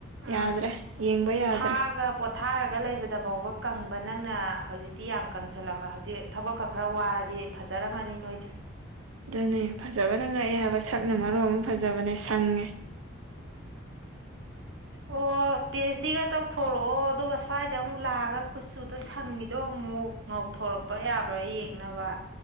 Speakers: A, on the right (about 60°); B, on the right (about 85°).
A: ꯎꯝ
B: ꯌꯥꯗ꯭ꯔꯦ ꯌꯦꯡꯕ ꯌꯥꯗ꯭ꯔꯦ
A: ꯊꯥꯒ ꯄꯣꯊꯥꯔꯒ ꯂꯩꯕꯗꯐꯥꯎꯕ ꯀꯪꯕ ꯅꯪꯅ ꯍꯧꯖꯤꯛꯇꯤ ꯌꯥꯝ ꯀꯪꯁꯜꯂꯝꯕ ꯍꯧꯖꯤꯛ ꯊꯕꯛꯀ ꯈꯔ ꯋꯥꯔꯗꯤ ꯐꯖꯔꯝꯃꯅꯤ ꯅꯣꯏꯗꯤ
B: ꯑꯗꯨꯅꯦ ꯐꯖꯕꯅ ꯉꯛꯑꯦ ꯍꯥꯏꯕ ꯁꯛꯅ ꯃꯔꯣ ꯑꯃ ꯐꯖꯕꯅꯦ ꯁꯪꯉꯦ
A: ꯑꯣ ꯄꯦ ꯑꯩꯆ ꯗꯤꯒ ꯇꯧꯊꯣꯔꯛꯑꯣ ꯑꯗꯨꯒ ꯁ꯭ꯋꯥꯏꯗ ꯑꯃꯨꯛ ꯂꯥꯛꯑꯒ ꯀꯨꯆꯨꯗꯣ ꯁꯪꯉꯤꯗꯣ ꯑꯃꯨꯛ ꯉꯧꯊꯣꯔꯛꯄ ꯌꯥꯕ꯭ꯔꯥ ꯌꯦꯡꯅꯕ